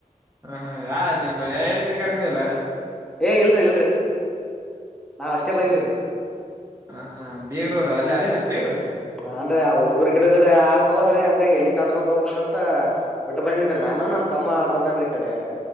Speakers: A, on the right; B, in the centre.
A: ಹ ಹಾ ಹಾ ನಿಮ್ಮ ಹೇಳಿದನ ಕರ್ಕೊಂಡಿಲ್ಲ
B: ಏ ಇಲ್ರಿ ಇಲ್ರಿ ನಾವ ಅಷ್ಟೇ
A: ಹ
B: ಬಂದವ್ರಿ
A: ಹಾ ಬೀಗ್ರೂರು ಅಲ್ಲಿ ಅದೇನನ್ ಬೀಗ್ರೂರು
B: ಹನ್ರಿ ಆ ಹುಡುಗರ ಗಿಡಗರ ಅವಲ್ರಿ ಹಂಗ ಎಲ್ಲಿ ಕಟ್ಕೊಂಡ್ ಹೋಗ್ಬೇಕಕ್ ಅಂತ ಬಿಟ್ಟ ಬಂದೇನ್ೀ ನಾನು ನಮ ತಮ್ಮ ಬಂದೇನ್ೀ ಈ ಕಡೆ